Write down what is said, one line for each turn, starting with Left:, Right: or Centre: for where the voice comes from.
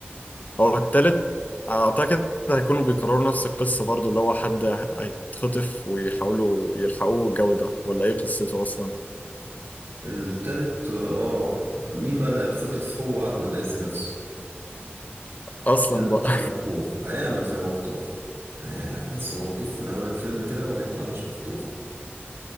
Left: هو التالت اعتقد هيكونوا بيكرروا نفس القصة برضو اللي هو حد هيتخطف ويحاولوا يلحقوه الجو ده ولا ايه قصته اصلا
Right: التالت اه آه، مين بقى اللي هيتخطف هو احمد عز نفسه
Left: اصلا
Right: هيعمل
Left: بقى
Right: فيها مخطوف هيعمل فيها مخطوف يعني هتحسه مخطوف من أول الفيلم كده وهيطلع مش مخطوف